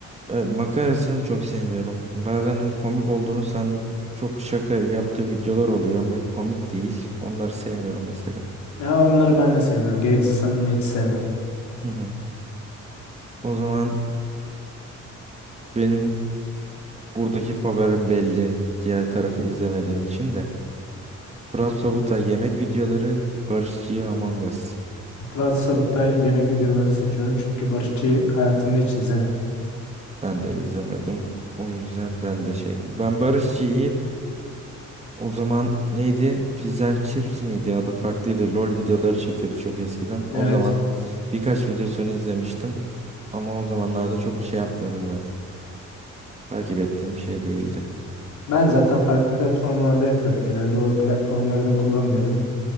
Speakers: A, on the right; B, on the left.
A: e, makarasını çok sevmiyorum. Bazen hani komik olduğunu sanıp çok şaka yaptığı videolar oluyor ama komik değil. Onları sevmiyorum mesela.
B: Ya onları ben de sevmiyorum. Gereksiz samimiyeti sevmem.
A: Hı hı. O zaman benim buradaki favorim belli. Diğer tarafı izlemediğim için de. Fırat Sobutay yemek videoları, Barışçı'yı Among Us.
B: Fırat Sabutay yemek videolarını seçiyorum çünkü Barışçı'yı hayatımda hiç izlemedim.
A: Ben de izlemedim. O yüzden ben de şeydim. Ben Barışçı'yı o zaman neydi? Fizz and Chips miydi? Adı farklıydı. LOL videoları çekiyordu çok eskiden.
B: Evet.
A: O zaman birkaç videosunu izlemiştim. Ama o zamanlarda çok şey yapmıyordum zaten. Takip ettiğim şey değildi.
B: Ben zaten farklı platformlarda yapıyordu. Genelde o platformları da kullanmıyordum.
A: Hı hı.